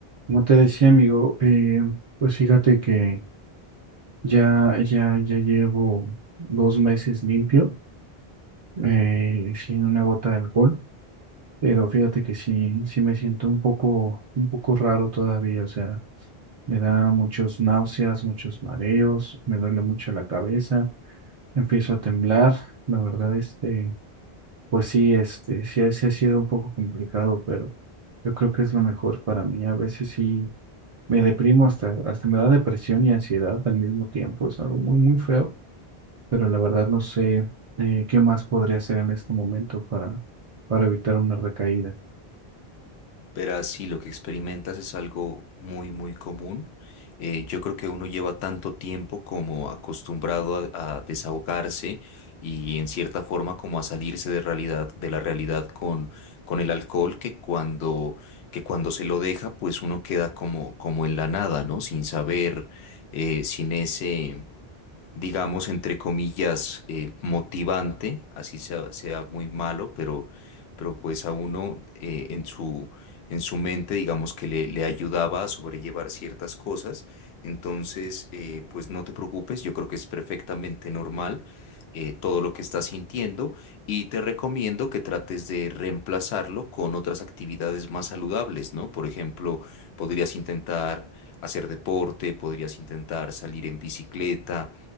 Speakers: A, on the right (about 50°); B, on the left (about 85°).
A: Como te decía, amigo, eh, pues fíjate que ya, ya, ya llevo dos meses limpio, eh, sin una gota de alcohol, pero fíjate que sí, sí me siento un poco, un poco raro todavía, o sea, me da muchos náuseas, muchos mareos, me duele mucho la cabeza, empiezo a temblar, la verdad, este, pues sí, este, sí, ha- sí ha sido un poco complicado, pero yo creo que es lo mejor para mí, a veces sí. Me deprimo hasta, hasta me da depresión y ansiedad al mismo tiempo. Es algo muy, muy feo, pero la verdad no sé eh, qué más podría hacer en este momento para, para evitar una recaída.
B: Verás, sí, lo que experimentas es algo muy, muy común. Eh, yo creo que uno lleva tanto tiempo como acostumbrado a, a desahogarse y en cierta forma como a salirse de realidad, de la realidad con, con el alcohol que cuando, que cuando se lo deja, pues uno queda como, como en la nada, ¿no? Sin saber, eh, sin ese digamos, entre comillas, eh, motivante, así sea, sea muy malo, pero, pero pues a uno eh, en su, en su mente, digamos, que le, le ayudaba a sobrellevar ciertas cosas. Entonces, eh, pues no te preocupes, yo creo que es perfectamente normal. eh, todo lo que estás sintiendo y te recomiendo que trates de reemplazarlo con otras actividades más saludables, ¿no? Por ejemplo, podrías intentar hacer deporte, podrías intentar salir en bicicleta,